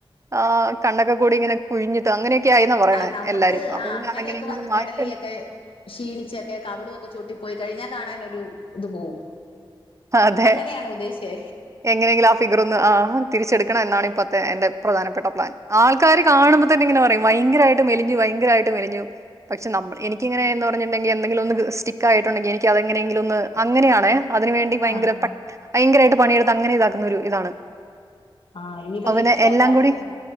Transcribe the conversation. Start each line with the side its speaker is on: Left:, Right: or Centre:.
Right: ആഹ് കണ്ണൊക്കെ കൂടി ഇങ്ങനെ കുഴിഞ്ഞിട്ട് അങ്ങനെയൊക്കെ ആയിന്നാ പറയണേ
Left: ആഹ് നമ്മക്ക്
Right: എല്ലാരും. അപ്പൊ
Left: ആഹ്
Right: പിന്നെ
Left: അങ്ങനെയൊക്കെ
Right: അതെങ്ങനെയെങ്കിലും
Left: വന്ന്
Right: മാറ്റിയെടുക്കാൻ
Left: പെടലിയൊക്കെ ക്ഷീണിച്ചൊക്കെ കവിളുവൊക്കെ ചൊട്ടി പോയി കഴിഞ്ഞാ കാണാനൊരു ഇത് പോവും
Right: അതെ.
Left: അങ്ങനെയാണോ ഉദ്ദേശിച്ചേ?
Right: എങ്ങനെയെങ്കിലും ആ ഫിഗർ ഒന്ന് ആഹ് തിരിച്ചെടുക്ക് ക്കണം എന്നാണ് ഇപ്പത്തെ എന്റെ പ്രധാനപ്പെട്ട പ്ലാൻ, ആൾക്കാര് കാണുമ്പോ തന്നെ ഇങ്ങനെ പറയും ഭയങ്കരമായിട്ട് മെലിഞ്ഞു ഭയങ്കരമായിട്ട് മെലിഞ്ഞു പക്ഷെ നമ്മള് എനിക്കങ്ങന എന്ന് പറഞ്ഞട്ടുണ്ടെങ്കി എന്തെങ്കിലും ഒന്ന് സ്റ്റിക്ക് ആയിട്ടുണ്ടെങ്കി എനിക്ക് അതെങ്ങെനെങ്കിലും ഒന്ന് അങ്ങ് അങ്ങനെയാണെ അതിന് വേണ്ടി ഭയങ്കര
Left: ആഹ്
Right: <unintelligible> ഭയങ്കരമായിട്ട് പണിയെടുത്ത് അങ്ങനെ ഇതാക്കുന്ന ഒരു ഇതാണ്.
Left: ആഹ് ഇനിയിപ്പ
Right: അപ്പോ
Left: ലക്ഷ്യം
Right: പിന്നെ എല്ലാം
Left: അതാണല്ലേ
Right: കൂടി